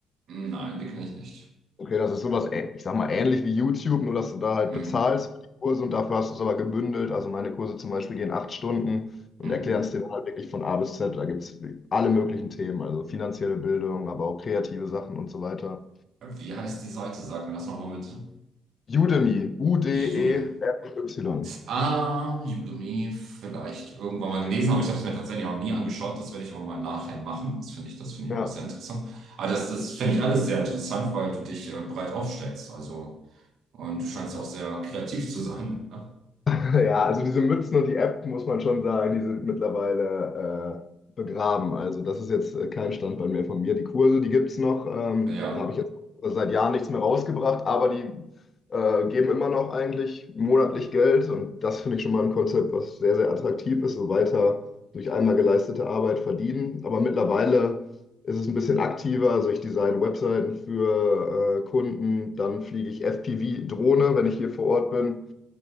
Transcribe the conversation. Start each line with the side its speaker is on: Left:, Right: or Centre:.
Right: Nein, die kenne ich nicht.
Left: Okay, das ist sowas, ä- ich sag mal, ähnlich wie YouTube, nur dass du da halt
Right: Hm,
Left: bezahlst für die Kurse und dafür hast du es aber gebündelt. Also meine Kurse zum Beispiel gehen acht Stunden und
Right: hm.
Left: erklären es dir dann halt wirklich von A bis Z. Da gibt es alle möglichen Themen, also finanzielle Bildung, aber auch kreative Sachen und so weiter.
Right: Wie heißt die Seite? Sag mir das nochmal bitte.
Left: Udemy, U-D-E-M-Y.
Right: Judem. Ah, Udemy vielleicht irgendwann mal gelesen, aber ich habe es mir tatsächlich noch nie angeschaut. Das werde ich aber mal nachher machen. Das finde ich, das finde ich
Left: Ja.
Right: auch sehr interessant. Aber das, das finde ich alles sehr interessant, weil du dich äh, breit aufstellst. Also, und du scheinst auch sehr kreativ zu sein. ne?
Left: <laughs> Ja, also diese Mützen und die App, muss man schon sagen, die sind mittlerweile äh, begraben. Also das ist jetzt äh, kein Standbein mehr von mir. Die Kurse, die gibt es noch. Ähm,
Right: Ja,
Left: da habe ich jetzt seit Jahren nichts mehr rausgebracht, aber die äh, geben immer noch eigentlich monatlich Geld. Und das finde ich schon mal ein Konzept, was sehr, sehr attraktiv ist, so weiter durch einmal geleistete Arbeit verdienen. Aber mittlerweile ist es ein bisschen aktiver. Also ich design Webseiten für äh, Kunden, dann fliege ich FPV-Drohne, wenn ich hier vor Ort bin